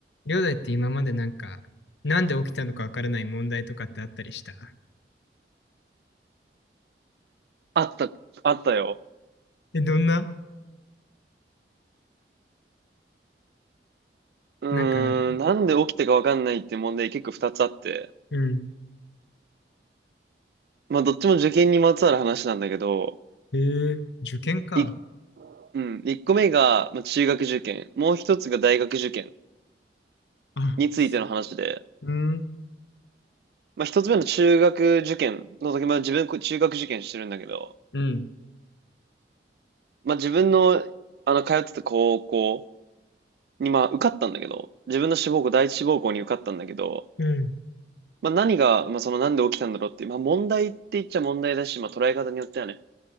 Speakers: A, on the left (about 85°); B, on the right (about 60°).
A: りょうだいって今までなんか、なんで起きたのかわからない問題とかってあったりした
B: あった、あったよ。
A: え、どんな
B: うーん、
A: なんかある
B: なんで起きたかわかんないっていう問題結構二つあって。
A: うん。
B: まあ、どっちも受験にまつわる話なんだけど、
A: へえー、受験か。
B: い、うん、一個目が、まあ、中学受験、もう一つが大学受験
A: あ、
B: についての話で、
A: すうん、
B: まあ、一つ目の中学受験の時、まあ、自分、中学受験してるんだけど、
A: うん、
B: まあ、自分の、あの、通ってた高校に、まあ、受かったんだけど、自分の志望校、第一志望校に受かったんだけど、
A: うん、
B: まあ、何が、まあ、その、なんで起きたんだろうっていう、まあ、問題って言っちゃ問題だし、まあ、捉え方によってはね、